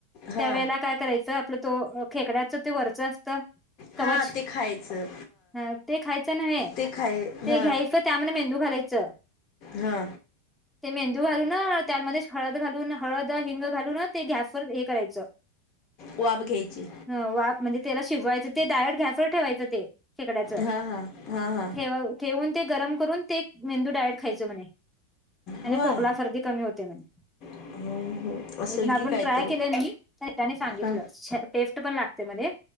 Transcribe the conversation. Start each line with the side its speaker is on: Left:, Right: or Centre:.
Left: हा
Centre: त्या वेळेला काय करायचं, आपलं तो खेकड्याच, ते वरच असतं. कवचं
Left: हा ते खायचं
Centre: हा ते खायचं नव्हे
Left: ते खाय
Centre: ते
Left: हा
Centre: घ्यायचं. चागलं मेंदू घालायचं.
Left: हा.
Centre: ते मेंदू घालून त्यामध्येच हळद, घालून हळद, हिंग घालून ते गॅसवर हे करायचं.
Left: वाफ घ्यायची.
Centre: ह वाफ म्हणजे त्याला शिजवायचं? ते डायरेक्ट, गॅसवर ठेवायचं ते खेकड्याच,
Left: हा हा हा हा
Centre: ठेव ठेवून ते गरम करून ते मेंदू डायरेक्ट, खायचं म्हणे. आणि
Left: होय
Centre: खोकला सर्दी कमी होते म्हणे.
Left: हम्म, हम्म. असेल
Centre: मी पण अजून
Left: की काहीतरी
Centre: ट्राय केले नाही त्यांनी सांगितलं.
Left: हा
Centre: टेस्ट पण लागतंय म्हणे